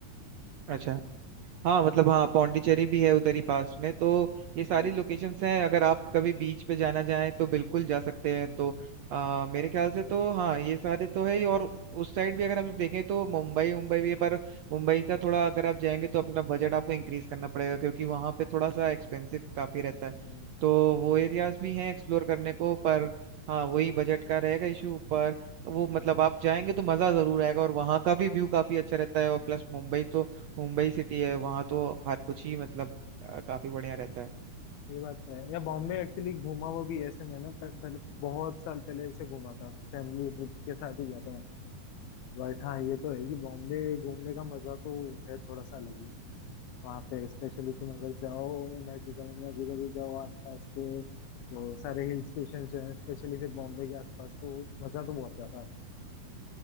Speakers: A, on the right; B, on the left.
A: अच्छा हाँ मतलब हाँ पौंडीचेरी भी है उधर ही पास में तो ये
B: वही
A: सारी लोकेशंस हैं अगर आप कभी बीच पे जाना चाहें तो बिल्कुल जा सकते हैं तो आ, मेरे ख्याल से तो हाँ ये सारे तो है ही और उस साइड भी अगर हम लोग देखें तो मुंबई मुंबई भी है पर मुंबई का थोड़ा अगर आप जाएंगे तो अपना बजट आपको इंक्रीज करना पड़ेगा क्योंकि वहाँ पे थोड़ा सा एक्सपेंसिव काफी रहता है
B: हम्म,
A: तो वो एरियाज भी हैं एक्सप्लोर करने को पर हाँ वही बजट का रहेगा इशू पर वो मतलब आप जाएंगे तो मजा जरूर आएगा और वहाँ का भी व्यू काफी अच्छा रहता है और प्लस मुंबई तो मुंबई सिटी है वहां तो हर कुछ ही मतलब अ, काफी बढ़िया रहता है
B: ये बात तो है या बॉम्बे एक्चुअली घूमा हुआ भी है ऐसे मैंने पर, पर बहुत साल पहले ऐसे घूमा था फैमिली ट्रिप के साथ ही गया था बट हाँ ये तो है कि बॉम्बे घूमने का मजा तो है थोड़ा सा अलग ही वहाँ पे स्पेशली तुम अगर जाओ इमेजिकल में भी कभी जाओ आसपास के वो सारे हिल स्टेशन जो है स्पेशली फिर बॉम्बे के आसपास तो मजा तो बहुत ज्यादा आता